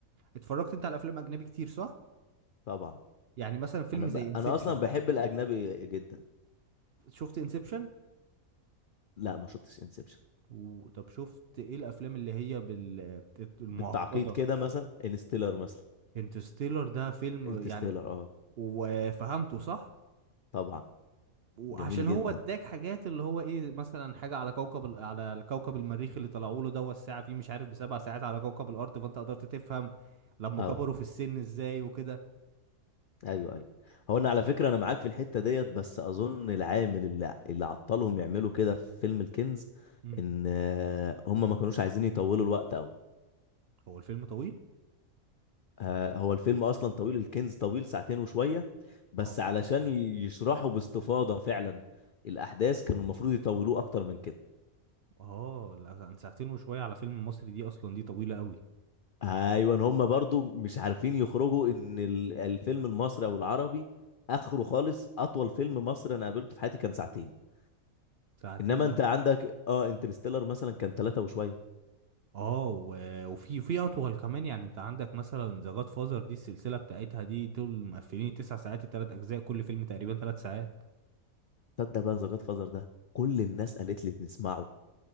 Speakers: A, on the right (about 60°); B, on the left (about 65°).
A: اتفرجت انت على افلام اجنبي كتير صح؟
B: طبعا
A: يعني مثلا فيلم
B: انا ب...
A: زي انسبشن
B: انا اصلا بحب الاجنبي جدا
A: شفت انسبشن
B: لا ما شفتش انسبشن
A: وطب شفت ايه الافلام اللي هي بال المعقده
B: بالتعقيد كده مثلا انستيلر مثلا
A: انترستيلر ده فيلم
B: انترستيلر
A: يعني
B: اه
A: وفهمته صح
B: طبعا
A: وعشان
B: جميل جدا
A: هو اداك حاجات اللي هو ايه مثلا حاجه على كوكب ال- على الكوكب المريخ اللي طلعوا له ده والساعه فيه مش عارف بسبع ساعات على كوكب الارض فانت قدرت تفهم لما
B: اه
A: كبروا في السن ازاي وكده
B: ايوه ايوه هو انا على فكره انا معاك في الحته ديت بس اظن العامل اللي اللي عطلهم يعملوا كده في فيلم الكنز
A: امم
B: ان آه، هم ما كانوش عايزين يطولوا الوقت قوي
A: هو الفيلم طويل
B: آه، هو الفيلم اصلا طويل الكنز طويل ساعتين وشويه بس
A: اه
B: علشان ي- يشرحوا باستفاضه فعلا الاحداث كانوا المفروض يطولوه اكتر من كده
A: اه لا، عن ساعتين وشويه على فيلم مصري دي اصلا دي طويله قوي
B: ايوه هم برضو مش عارفين يخرجوا ان ال- الفيلم المصري او العربي اخره خالص اطول فيلم مصري انا قابلته في حياتي كان ساعتين
A: ساعتين
B: انما
A: انا
B: انت عندك اه انترستيلر مثلا كان ثلاثة وشويه
A: اه و- وفي في اطول كمان يعني انت عندك مثلا ذا جاد فازر دي السلسله بتاعتها دي دول مقفلين تسع ساعات التلات اجزاء كل فيلم تقريبا تلات ساعات
B: تصدق بقى ذا جاد فازر ده كل الناس قالت لي نسمعه